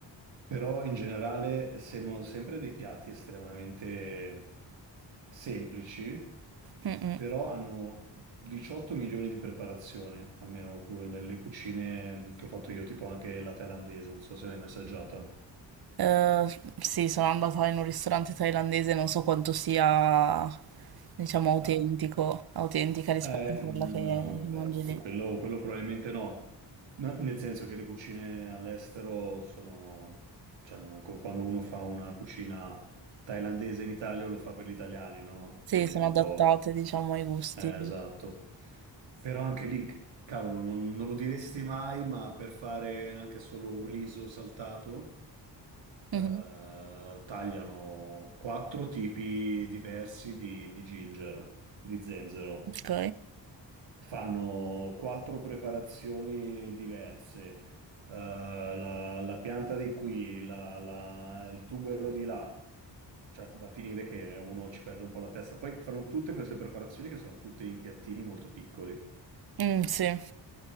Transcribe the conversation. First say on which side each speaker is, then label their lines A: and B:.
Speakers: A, on the right (about 80°); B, on the right (about 55°).
A: però in generale sembrano sempre dei piatti estremamente semplici,
B: Mm-mm.
A: però hanno 18 milioni di preparazioni, almeno quelle, le cucine che ho fatto io, tipo anche la thailandese, non so se l'hai mai assaggiata.
B: Eh, sì, sono andata in un ristorante thailandese, non so quanto sia, diciamo, autentico,
A: Ah,
B: autentica rispetto
A: eh,
B: a
A: no,
B: quella che
A: no, no,
B: mangi
A: beh, que-
B: lì.
A: quello, quello probabilmente no. No, nel senso che le cucine all'estero sono, cioè, qu- quando uno fa una cucina thailandese in Italia lo fa per gli italiani, no?
B: Sì,
A: Tende
B: sono
A: un
B: adattate,
A: po',
B: diciamo, ai gusti.
A: eh, esatto. Però anche lì, cavolo, non, non lo diresti mai, ma per fare anche solo un riso saltato, eh,
B: Mhm.
A: tagliano quattro tipi diversi di di ginger, di zenzero.
B: Ok.
A: fanno quattro preparazioni diverse. Eh, la, la pianta di qui, la- la- il tubero di là, cioè va a finire che uno ci perde un po' la testa. Poi fanno tutte queste preparazioni che sono tutte in piattini molto piccoli.
B: Mm, sì.